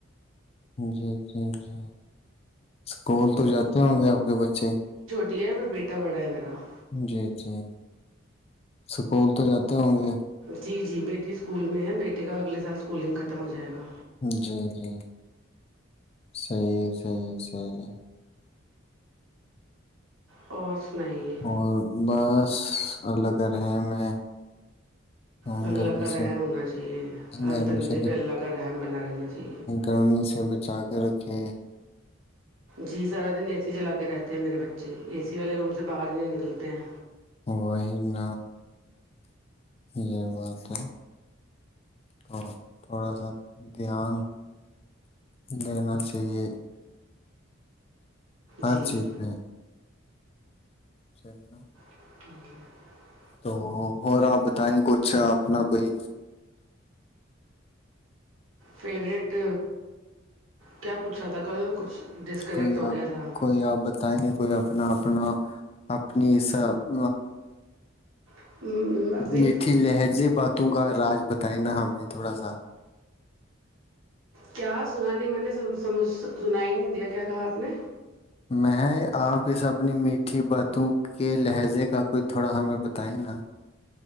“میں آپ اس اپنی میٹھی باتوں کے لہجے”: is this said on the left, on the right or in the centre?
Left